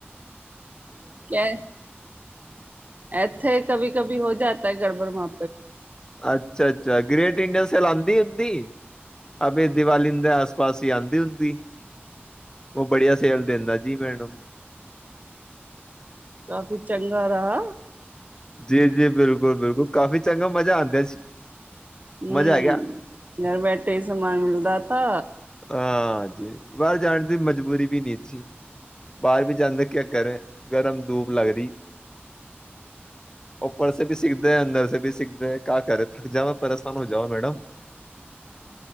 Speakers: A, on the right; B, on the left.
A: ਕ ਇਥੇ ਕਭੀ ਕਭੀ ਹੋ ਜਾਤਾ ਗੜਬੜ ਮਾ
B: ਅੱਛਾ ਅੱਛਾ ਗ੍ਰੇਟ ਇੰਡੀਨ ਸ ਲ ਆਉਂਦੀ ਹੁੰਦੀ ਅ ਦੀਵਾਲੀ ਦੇ ਆਸ ਪਾਸ ਹੀ ਆਉਂਦੀ ਹੁੰਦੀ। ਉਹ ਬੜੀਆ ਸੇਲ ਦਿੰਦਾ। ਜੀ ਵੈਡ
A: ਕਾਫੀ ਚੰਗਾ ਰਹ
B: ਜੀ ਜੀ। ਬਿਲਕੁਲ ਬਿਲਕੁਲ ਕਾਫ਼ੀ ਚੰਗਾ ਮਜ਼ਾ ਆਉਂਦਾ ਸੀ।
A: ਹਮ
B: ਮਜ਼ਾ ਆ ਗਿਆ
A: ਘਰ ਬੈਠੇ ਹੀ ਸਮਾਨ ਮਿਲਦਾ ਤਾ
B: ਹਾਂਜੀ ਬਾਹਰ ਜਾਣ ਦੀ ਮਜਬੂਰੀ ਵੀ ਨੀ ਸੀ ਬਾਹਰ ਵੀ ਜਾਂਦੇ ਕਿਆ ਕਰੇ ਗਰਮ ਧੂਪ ਲੱਗ ਰਹੀ। ਉੱਪਰ ਸ ਵੀ ਸਿੱਖਦੇ ਅੰਦਰ ਵੀ ਸਿੱਖ <unintelligible> ਥਕ ਜਾਵਾ ਪਰੇਸ਼ਾਨ ਹੋ ਜਾਵਾ ਮੈਡਮ।